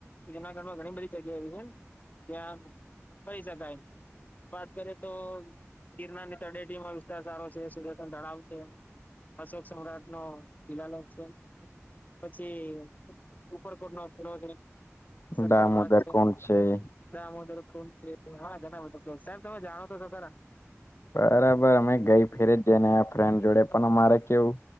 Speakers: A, on the left (about 35°); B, on the left (about 55°).
A: જનાગઢમાં ઘણી બધી જગ્યા એવી છે જ્યાં ફરી શકાય વાત કરીએ તો ગિરનારની તટીમા વિસ્તાર સારો છે સૂર્યતન તળાવ છે અશોક સમ્રાટનો શિલાલોક છે પછી ઉપરકોટ નો કીલો છે
B: દામોદર
A: સતરબાગ છે
B: કોણ છે
A: દામોદર કોન છે હા ઘણા બધા સાહેબ તમે જાણો તો છો ખરા
B: બરાબર અમે ગઈ ફેરે જઈને આયા ફ્રેન્ડ જોડે પણ અમારે કેવું